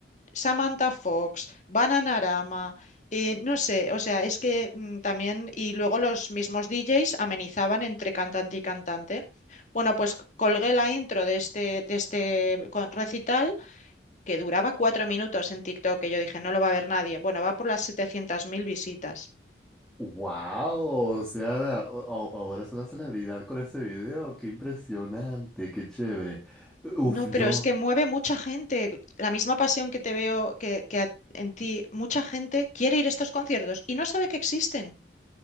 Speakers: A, on the left (about 40°); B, in the centre.
A: Samantha Fox, Bananarama, eh, no sé, o sea, es que mm, también, y luego los mismos DJs amenizaban entre cantante y cantante. Bueno, pues c- colgué la intro de este, de este con- recital que duraba cuatro minutos en TikTok, que yo dije, no lo va a ver nadie. Bueno, va por las 700.000 visitas.
B: ¡Wow! O sea, o- o- ahora es una celebridad con ese video. ¡Qué impresionante! ¡Qué chévere! Uf,
A: No,
B: yo,
A: pero es que mueve mucha gente. La misma pasión que te veo que, que a- en ti, mucha gente quiere ir a estos conciertos y no sabe que existen.